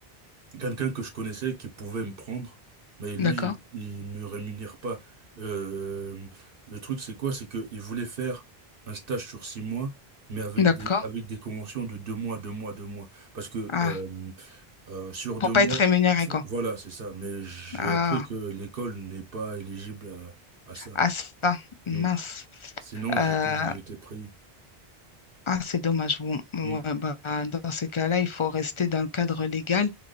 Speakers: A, on the right; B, on the left.
A: quelqu'un que je connaissais qui pouvait me prendre, mais lui,
B: D'accord,
A: il me rémunère pas. Euh, le truc, c'est quoi? C'est que il voulait faire un stage sur six mois, mais avec
B: d'accord.
A: des, avec des conventions de deux mois, deux mois, deux mois. Parce que
B: Ah,
A: euh, euh, sur
B: pour
A: deux
B: pas
A: mois,
B: être rémunéré,
A: il faut-
B: quoi.
A: voilà, c'est ça. Mais j'ai
B: Ah,
A: appris que l'école n'est pas éligible à, à ça.
B: ah ça, mince.
A: Mm. Sinon, j'étais,
B: Euh,
A: j'étais pris.
B: ah, c'est dommage. Bon, ouais,
A: Mm,
B: bah, dans ces cas-là, il faut rester dans le cadre légal